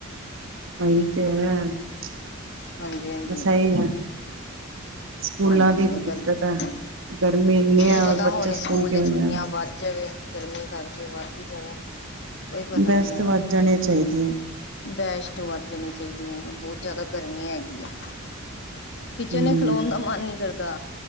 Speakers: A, on the right; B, on the left.
A: <unintelligible>
B: ਹਾਂਜੀ--ਹਾਂਜੀ।
A: ਸਹੀ ਹੈ ਸਕੂਲਾਂ
B: ਹਾਂਜੀ
A: ਦੀ
B: ਇਹ
A: ਦਿੱਕਤ
B: ਗੱਲ ਤੇ ਹੈ
A: ਗਰਮੀ ਇੰਨੀ
B: ਕੀ
A: ਹੈ ਔਰ
B: ਪਤਾ
A: ਬੱਚੇ
B: ਹੁਣ ਸਕੂਲ
A: ਕਿਵੇਂ
B: ਦੇ ਛੁੱਟੀਆਂ
A: ਜਾਣ
B: ਵੱਧ ਜਾਵੇ। ਗਰਮੀ ਕਰਕੇ ਵੱਧ ਇ ਜਾਵੇ। ਕੋਈ ਪਤਾ
A: ਵੈਸ
B: ਨੀ ਹੈਗਾ
A: ਤਾਂ ਵੱਧ ਜਾਣੀਆਂ ਚਾਹੀਦੀਆਂ।
B: <unintelligible> ਵੱਧ ਜਾਣੀ ਚਾਹੀਦੀ ਹੈ ਬਹੁਤ ਜ਼ਿਆਦਾ ਗਰਮੀ ਹੈਗੀ ਹੈ। ਕਿਚਨ
A: ਹਮ
B: ਚ ਖਲੋਣ ਦਾ ਮਨ ਨੀ ਕਰਦਾ